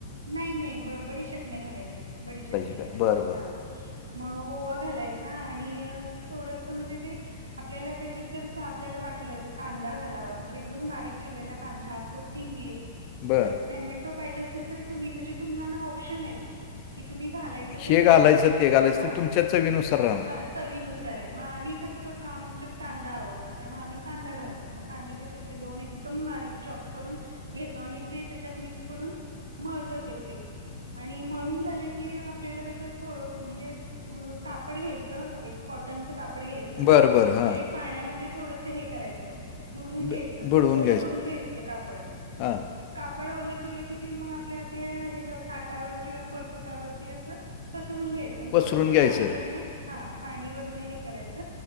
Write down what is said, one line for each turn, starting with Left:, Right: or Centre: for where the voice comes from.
Right: नाही नाही ब बडीशेप नाही घालायची बडीशेप नाही
Left: का?
Right: घालायची
Left: बरं, बरं.
Right: हा म ओवा घालायचा आणि थोडस म्हणजे ते आपल्याला त्याच्यात जर आपल्याला वाटलं तर कांदा घालावा तर एकदम बारीक चिरलेला कांदा को कोथिंबीर.
Left: बरं
Right: टमॅटो पाहिजे असेल तर तुम्ही म्हणजे तुमना ना ऑप्शन आहेत. कि तुम्ही घालायचं की
Left: हे
Right: नाही
Left: घालायचं,
Right: ते
Left: घालायचं
Right: हा
Left: ते तुमच्या चवीनुसार राहणार.
Right: हाच चवीनुसार हे मग आम्ही कसं करतो आमच्या कांदा आवडतो त्यामुळे आम्ही कांदा घालतो. मग कांदे क आपले दोन एकदम बारीक चॉप करून घेतो आणि ते त्याच्यात मिक्स करून मळतो ते पीठ. आणि मळून झाले की आपल्याला कस थो म्हणजे कापड घ्यायचं एक कॉटनचं कापड घ्यायचं
Left: बरं, बरं. हां.
Right: ते पाण्यामध्ये थोडस हे करायचं. बुडवून घ्यायचं
Left: ब बुडवून
Right: ओलं करून घ्यायचं ते कापड
Left: हां,
Right: कापड ओलं केलं की ते मग आपल्या त्या हेच्यावर ताटावर किंवा पळपुटावरती असं पसरून घ्यायचं. मग
Left: पसरून
Right: थोडस
Left: घ्यायचं.
Right: पाणी वर्ण हा पाणी वर्ण हे करायच